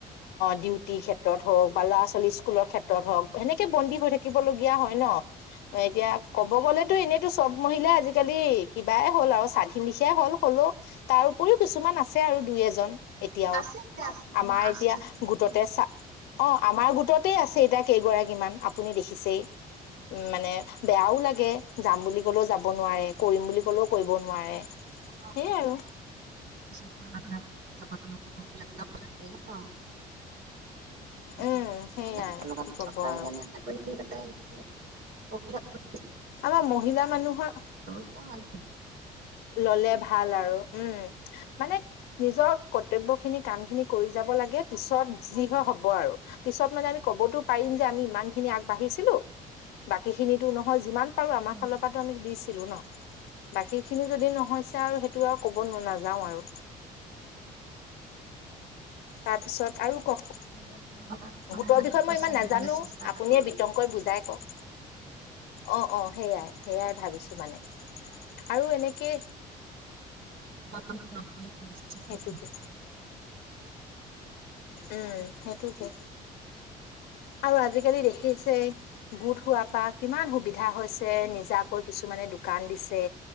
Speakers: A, on the left; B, on the right.
A: ডিউটিৰ ক্ষেত্ৰত হওক বা ল'ৰা ছোৱালী স্কুলৰ ক্ষেত্ৰত হওক সেনেকে বন্দী হৈ থাকিবলগগীয়া হয় ন'। এতিয়া ক'ব গ'লেতো এনেইতো চব মহিলাই আজিকালি কিবাই হ'ল আৰু স্বাধীন লেখিয়াই হ'ল হ'লেও তাৰ উপৰিও কিছুমান আছে আৰু দুই এজন। এতিয়াও
B: আছে আছে আছে অ
A: আমাৰ
B: আছে
A: এতিয়া
B: আছে এতিয়াও
A: গোটতে
B: আছে
A: চা অ' আমাৰ গোটতেই আছে এতিয়া কেইগৰাকীমান আপুনি দেখিছেই। উম, মানে বেয়াও লাগে যাম বুলি ক'লেও যাব নোৱাৰে, কৰিম বুলি ক'লেও কৰিব নোৱাৰে।
B: <unintelligible>
A: সেইয়াই আৰু
B: <unintelligible>
A: উম সেইয়াই কি ক'ব আৰু আমাৰ মহিলা মানুহৰ
B: অকমান
A: ললে ভাল আৰু উম। মানে নিজৰ কৰ্তব্যখিনি কামখিনি কৰি যাব লাগে পিছত যি হয় হ'ব আৰু। পিছত মানে আমি ক'বতো পাৰিম যে আমি ইমানখিনি আগবাঢ়িছিলোঁ বাকিখিনিতো নহ'ল যিমান বাৰু আমাৰ
B: উম
A: ফালৰপৰা আমি দিছিলোঁ ন' বাকীখিনি যদি নহৈছে আৰু সেইটো আৰু ক'ব ক'বনো নাযাও আৰু। তাৰপিছত আৰু কওক।
B: নিজৰ কাৰনে
A: গোটৰ
B: হান্দ্ৰেদ
A: বিষয়ে
B: পাৰ্চেন
A: মই ইমান নাজানো
B: দিবলৈ চেষ্টা এটা
A: আপুনিয়ে
B: কৰিব
A: বিতংকৈ
B: লাগিব।
A: বুজাই কওক। অ', অ, সেইয়াই সেইয়াই ভাবিছোঁ মানে আৰু এনেকে
B: <unintelligible>
A: সেইটো কি? উম, সেইটোকে। আৰু আজিকালি দেখি আছে গোট হোৱাৰপৰা কিমান সুবিধা হৈছে, নিজাকৈ কিছুমানে দোকান দিছে।